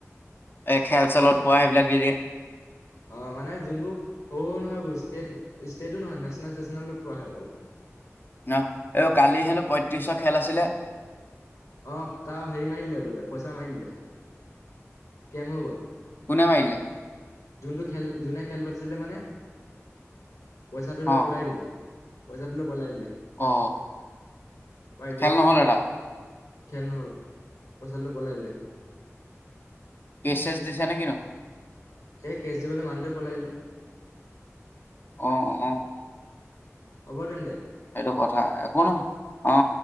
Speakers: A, on the left; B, on the left.
A: এই খেল চেলত পোৱা সেইবিলাক দিয়
B: অ মানে যোনবোৰ শৰু সৰু নহয় বোৰ ষ্টেট ষ্টেটোো নহয় নেশচনেল চেচনেলত পোৱাে অকল
A: অ এই কালি হেনো পঁয়ত্ৰিশ খেল আছিলে
B: অ তাৰ হেৰি মাৰিলে বোলে পইচা মাৰিলে স্কেম হৈ গ'ল
A: পুনেমিলে
B: যোনটো খেল যোনে খেল পাতিছিলে মানে পইচাটো লৈ
A: অ
B: পলাই দিলে পইচাটো ল পলাই আহিলে
A: অ
B: এতিয়া
A: খেল নহল
B: মানে
A: দাদটা
B: খেল নহ পচাৰিলে বলাইলে
A: কেচ এছ দিছো নে কিনো
B: এ কেচ দিবলৈ মানুহদে পলাই দিলে
A: অ অ অ
B: অবাৰে
A: এইেইটো কথা একো নহ অ